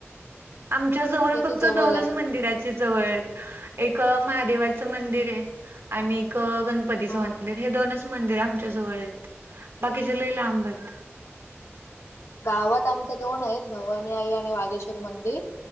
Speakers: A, on the right (about 65°); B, on the left (about 80°).
A: आमच्या जवळ
B: इथे
A: फक्त
B: जवळ
A: दोनच
B: आहे
A: मंदिर. एक महादेवाच मंदिर आहे आणि गणपतीचं
B: हा
A: मंदिर हे दोनच मंदिर आमच्या जवळ आहेत बाकीचे लयला लांब आहेत.
B: गावात आमचे दोन आहेत भवानी आई आणि वागेश्वर मंदिर